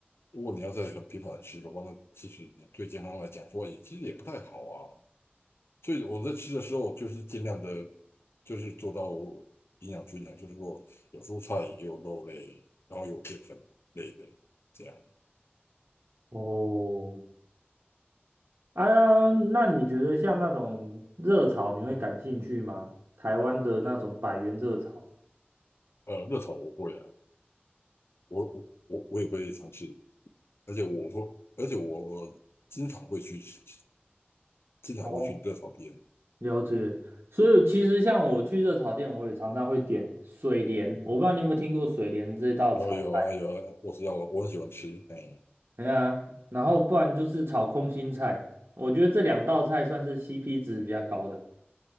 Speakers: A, on the left; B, on the right.
A: 如果你要再很频繁的吃的话，那其实你对健康来讲说也其实也不太好啊。所以我在吃的时候，就是尽量的，就是做到营养均衡，就是说有蔬菜，也有肉类，然后有淀粉类的这样。
B: 哦，啊，那你觉得像那种热炒，你会感兴趣吗？台湾的那种百元热炒
A: 呃，热炒我会啊。我我我我也会尝试，而且我会，而且我我经常会去吃，经常会去热炒片。
B: 哦，了解。所以其实像我去热炒店，我也常常会点水莲，我不知道你有没有听过水莲这道炒菜。
A: 然后有啊有啊，我知道我我很喜欢吃，哎
B: 哎呀，然后不然就是炒空心菜，我觉得这两道菜算是 CP 值比较高的。